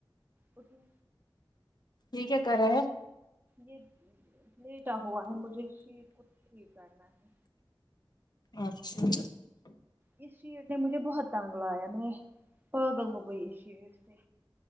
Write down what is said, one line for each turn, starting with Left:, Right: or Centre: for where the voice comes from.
Right: اٹھو
Left: یہ کیا کر رہا ہے
Right: یہ لیٹا ہوا ہے مجھے شیر کو ٹھیک کرنا ہے
Left: اچھا
Right: اس شیٹ نے مجھے بہت تٹانگ لایا میں پاگل ہو گئی اس شیٹ سے